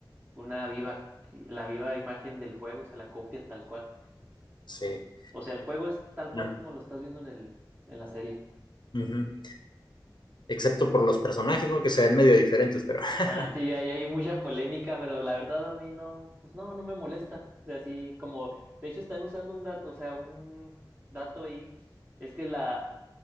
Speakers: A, on the right; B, on the left.
A: una viva, la viva imagen del juego, o sea, la copia tal cual.
B: Sí.
A: O sea, el juego es tal cual
B: No.
A: como lo estás viendo en el, en la serie.
B: Ujú. excepto por los personajes, ¿no? Que se ven medio diferentes, pero <laughs>
A: Ah, sí, ahí hay mucha polémica, pero la verdad a mí no, pues no, no me molesta. O sea, sí, como, de hecho están usando un dato, o sea, un dato ahí, es que la,